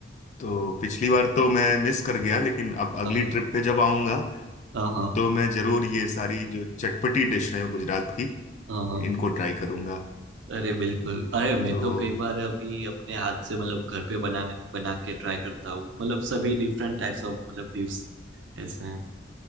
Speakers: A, on the left; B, on the right.
A: तो पिछली बार तो मैं मिस कर गया लेकिन अब अगली
B: हाँ
A: ट्रिप
B: हाँ
A: पे जब आऊंगा
B: हाँ
A: तो मैं जरूर ये सारी जो चटपटी डिश है गुजरात की
B: हाँ, हाँ।
A: इनको ट्राई करूंगा
B: अरे बिल्कुल अरे मैं
A: तो
B: तो कई बार अभी अपने हाथ से मतलब घर पे बना बना के ट्राई करता हूँ मतलब सभी डिफरेंट टाइप्स ऑफ मतलब डिश ऐसे हैं